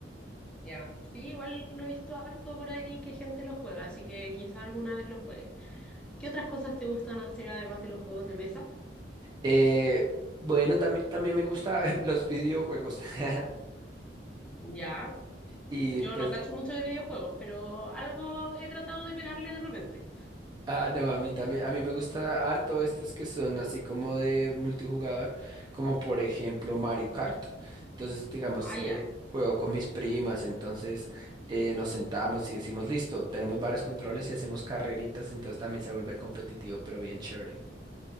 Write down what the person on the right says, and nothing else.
Eh, bueno, también, también me gusta <laughs> los videojuegos. <laughs>
Y
pues
Ah, no, a mí también, a mí me gusta harto estos que son así como de multijugador, como por ejemplo Mario Kart. Entonces, digamos
que
juego con mis primas, entonces eh, nos sentamos y decimos, listo, tenemos varios controles y hacemos carreritas, entonces también se vuelve competitivo, pero bien chévere. <laughs>